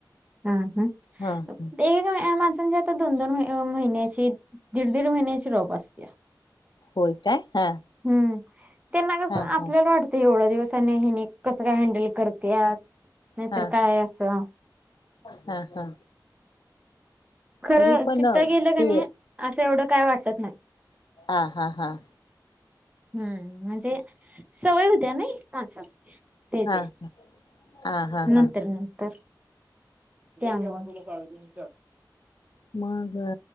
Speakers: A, on the right; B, on the left.
A: हां हां
B: हा हा
A: एक मे माणसानी जात तर दोन दोन मही अ महिन्याची दीड दीड महिन्याची रॉप असत्या.
B: होय काय हा.
A: हम्म त्यांना कसं
B: हा
A: आपल्याला
B: हा
A: वाट ते एवढं दिवसानी हिनी कसं काय हँडल करत्या नाहीतर
B: हा
A: काय असं
B: हा हा.
A: खरं
B: तरी पण
A: तिथं गेलं
B: ते
A: क नी असं एवढं काय वाटत नाय.
B: आ हा हां.
A: हम्म म्हणजे सवय होत्या नाही माणसाचे. त्याचे
B: हा हा हा
A: नंतर
B: हा
A: नंतर ते. <unintelligible> हम्म
B: मग